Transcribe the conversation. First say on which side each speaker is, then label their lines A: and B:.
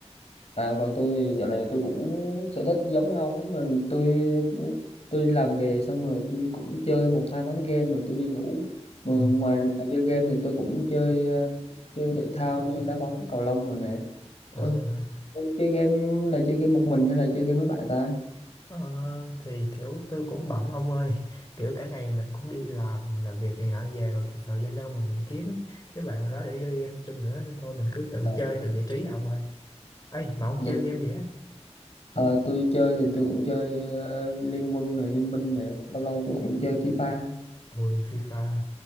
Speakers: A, on the left (about 65°); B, on the left (about 35°).
A: à còn tôi dạo này tôi cũng sở thích giống như ông á, mà tôi tôi đi làm về xong rồi tôi cũng chơi một hai ván game rồi tôi đi ngủ. Mà
B: ừ.
A: ngoài, ngoài chơi game thì tôi cũng chơi ờ, chơi thể thao như đá bóng, cầu lông rồi nè. Ủa,
B: à, à.
A: em chơi game là chơi game một mình hay là chơi game với bạn ta?
B: Ờ, thì kiểu tôi cũng bận ông ơi kiểu cả ngày mình cũng đi làm làm việc này nọ về rồi thì thời gian đâu mà mình kiếm đứa bạn nào đó để chơi game chung nữa nên thôi mình cứ tự
A: Ờ,
B: chơi tự giải trí à ông ơi ấy mà ông
A: dạ.
B: chơi game gì á
A: Ờ, tôi chơi thì tôi cũng chơi ờ, Liên Quân này Liên Minh này lâu lâu tôi cũng chơi FIFA.
B: ôi FIFA